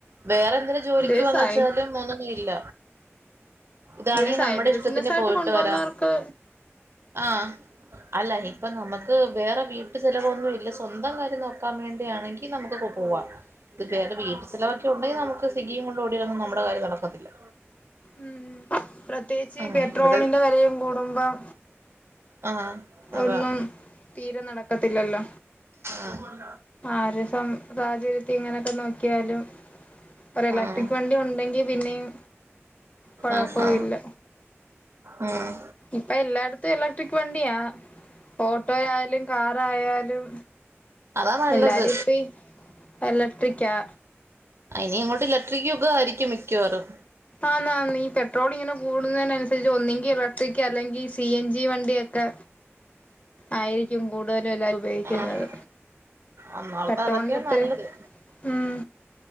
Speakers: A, on the right; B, on the left.
A: വേറെ എന്തേലും ജോലിക്കുന്ന്
B: ദിവസായി
A: വെച്ചാലും ഒന്നൊന്നും ഇല്ല ഇതാണി
B: ഇതൊരു സൈഡ്
A: നമ്മുടെ
B: ബിസിനസ്
A: ഇഷ്ടത്തിന്
B: ആയിട്ട്
A: പോയിട്ട്
B: കൊണ്ടുപോകുന്നവർക്ക്
A: വരാം അഹ് അല്ല ഇപ്പം നമുക്ക് വേറെ വീട്ടു ചിലവൊന്നും ഇല്ല സ്വന്തം കാര്യം നോക്കാൻ വേണ്ടിയാണെങ്കിൽ നമുക്ക് ഇപ്പൊ പോകാം വം ഇത് വേറെ വീട് ചിലവൊക്കെ ഉണ്ടെങ്കിൽ നമുക്ക് സിഗിയും കൊണ്ട് ഓടിയാളൊന്നും നമ്മുടെ കാര്യം നടക്കത്തില്ല
B: ഉം പ്രത്യേകിച്ച്
A: അങ്ങനെ
B: പെട്രോളിന്റെ
A: ഇവിടെ
B: വിലയും കൂടുമ്പം
A: ആഹ് അതാ
B: ഒന്നും തീരെ നടക്കത്തില്ലല്ലോ
A: ആഹ്
B: ആര് തം സാഹചര്യ ഇങ്ങനൊക്കെ നോക്കിയാലും പറയല്ലെപ്പിൻക്ക്
A: ആഹ്
B: വണ്ടി ഉണ്ടെങ്കി പിന്നെയും കൊഴപ്പമില്ല
A: ആഹാ ഉം
B: ഇപ്പഎല്ലായ്ട്ത്തും എലക്ട്രിക് വണ്ടിയാ ഓട്ടോയാലും കാറായാലും
A: അതാ നല്ലത്
B: എല്ലാരും ഇപ്പിഎലക്ട്രിക്ക്യാ
A: ഇനി അങ്ങോട്ട് ഇലട്രിക്ക് ക്കൊക്കെ യായിരിക്കും മിക്കവാറും
B: ആന്ന് ആന്ന്ഈ പെട്രോളി ങ്ങനെ കൂടുന്നതിനനുസരിച്ച് ഒന്നെങ്കിൽ ഇലക്ട്രിക് അല്ലെങ്കിൽ സി എൻ ജി വണ്ടി ക്കെ ആയിരിക്കും കൂട്തലും എല്ലാരും ഉപയോഗിക്കുന്നത്
A: ആഹ് ഒന്നോർത്ത
B: പെട്രോളിന്റെ
A: അതൊക്കെയാ
B: ഇത്തരെ
A: നല്ലത്
B: ഉം